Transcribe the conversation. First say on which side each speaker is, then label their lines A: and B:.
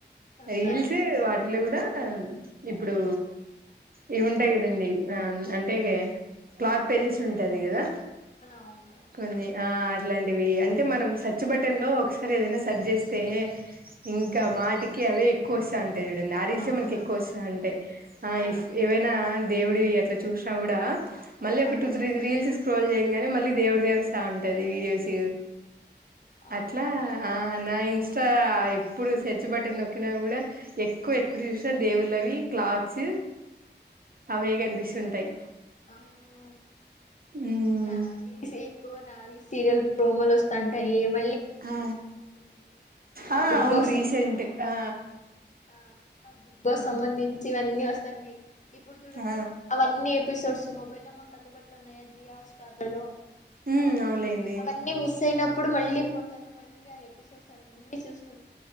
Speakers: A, on the left; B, on the right.
A: అవునా
B: రీల్స్ వాటిలో కూడా. ఆహ్ ఇప్పుడు ఇవి ఉంటాయి కదండి ఆహ్ అంటే క్లాత్ పేజెస్ ఉంటాంది కదా.
A: అవునవునవును
B: కొన్ని ఆ అ ఇట్లాంటివి అంటే మనం సెర్చ్ బటన్ లో ఒకసారి ఏదైనా సర్ చేస్తే ఇంకా మాటికి అవే కోసం చూడండి ఆ ర ఇల్చే
A: అవునవును
B: మనకి ఎక్కువ వస్తాంది అంటాయిఫ్
A: ఆ
B: ఏవైనా దేవుడు ఇ ఎట్లా చూసినా కూడా మళ్ళీ ఒక
A: అవును
B: టూ త్రీ రీల్స్ స్క్రోల్ చేయంగానే మళ్ళీ దేవుడి దేవస్తా ఉంటది వీడియోస్
A: అవునవును
B: అట్లా ఆ నా ఇంస్టా ఎప్పుడు సెర్చ్ బటన్ నొక్కినా కూడా ఎక్కువ ఎక్కడ చూసినా దేవుళ్ళవి క్లాత్స్ అవే కనిపిస్తుంటాయి
A: అవును
B: ఉమ్
A: నావి ఎక్కువ నావి సీరియల్ ప్రోమోలు వస్తంటాయి ఏమ
B: ఆ ఆ
A: బిగ్
B: అవును
A: బాస్
B: రీసెంట్ ఆ
A: ఆ బిగ్ బాస్
B: అవును
A: సంబంధించి ఇవన్నీ వస్తాంటాయి ఇప్పుడు చూడండి
B: ఆ
A: అవన్నీ ఎపిసోడ్స్ మొబైల్ కందుబట్ల ఉన్నాయ జి స్టార్ట
B: ఉమ్
A: సో
B: అవునులేండి
A: అవన్నీ మిస్ అయిన అప్పుడు మళ్ళీ పోతాను మళ్ళీ ఆ ఎపిసోడ్స్ అన్ని చూస్తు